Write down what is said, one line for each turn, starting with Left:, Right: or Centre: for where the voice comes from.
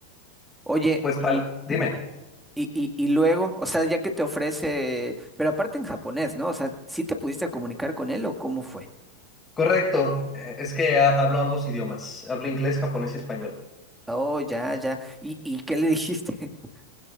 Centre: Oye,
Left: Pues
Centre: y
Left: par- dime,
Centre: Y, y, y luego, o sea, ya que te ofrece, pero aparte en japonés, ¿no? O sea, ¿sí te pudiste comunicar con él o cómo fue?
Left: correcto, eh, es que ha- hablo ambos idiomas, hablo inglés, japonés y español.
Centre: Oh, ya, ya. ¿Y, y qué le dijiste? <laughs>